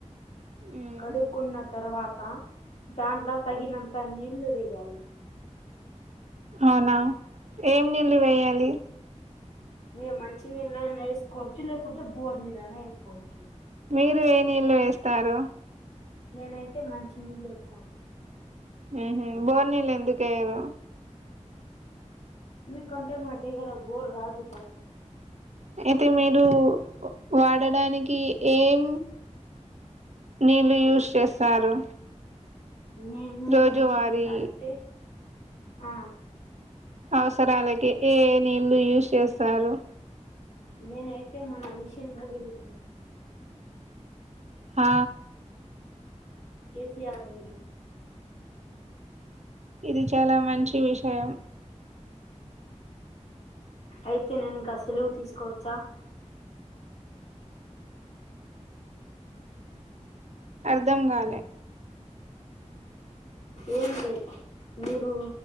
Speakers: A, on the right (about 65°); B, on the left (about 65°).
A: ఉమ్,
B: కడుక్కున్న తర్వాత దానిలా తగినంత నీళ్లు వేయాలి
A: అవునా ఏం నీళ్ళు వేయాలి
B: మేము మంచినీళ్ళనా వేసుకోవచ్చు లేకుంటే బోర్ నీళ్ళనా వేసుకోవచ్చు
A: మీరు ఏ నీళ్ళు వేస్తారు
B: నేనైతే మంచినీళ్లు వేసాను
A: హ్మ్మ్ బోర్ నీళ్లు ఎందుకెయ్యరు
B: మీ కంటే మా గరా బోర్ రాదు కా
A: ఇది మీరు వాడడానికి ఏం నీళ్ళు యూస్ చేస్తారు
B: నేను
A: రోజువారీ
B: మంచి నీళ్ళు అంటే ఆ
A: అవసరాలకి ఏ ఏ నీళ్ళలు యూజ్ చేస్తారు
B: నేనైతే మన మిషన్ భగలిని
A: ఆ
B: కసి ఆర్మలు
A: ఇది చాలా మంచి విషయం
B: అయితే నేను ఇకా ఆ సెలువు తీసుకోవచ్చా
A: అర్ధం కాలే
B: ఏంటి మీరు